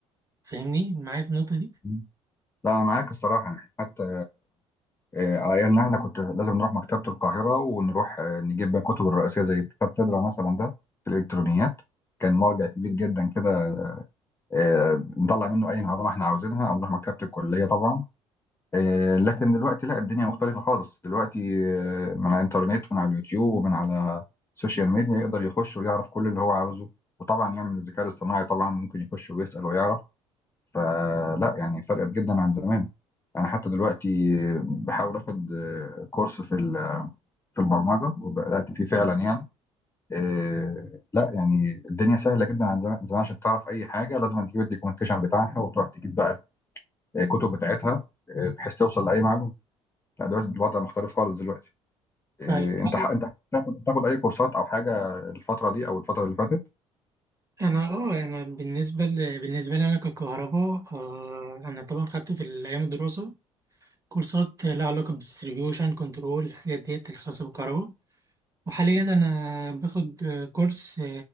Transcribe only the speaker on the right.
فاهمني معايا في النقطة دي
طيب
هل
انا اه انا بالنسبه ل... بالنسبه لي انا ككهرباء آه انا طبعا خدت في الايام الدراسه كورسات لها علاقة بالديستريبيوشن كنترول الحاجات ديت الخاصة بالكهرباء وحاليا أنا باخد آه، كورس